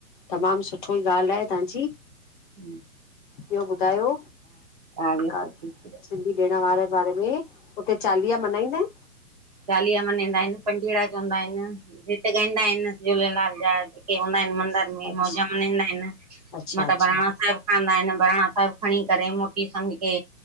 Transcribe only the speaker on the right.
हम्म।
हा हा ॿियो सभु
ठीकु आहे
चालीहा मनाईंदा हिनि, पंजीणा चवंदा हिनि गीत ॻाईंदा हिनि। झूलेलाल जा जेके हुंदा हिनि मंदर में
मौज मनाईंदा हिनि,
मथां
बाणा साहिब खांदा हिनि बाणा साहिब खणीं करे मोटी संग खे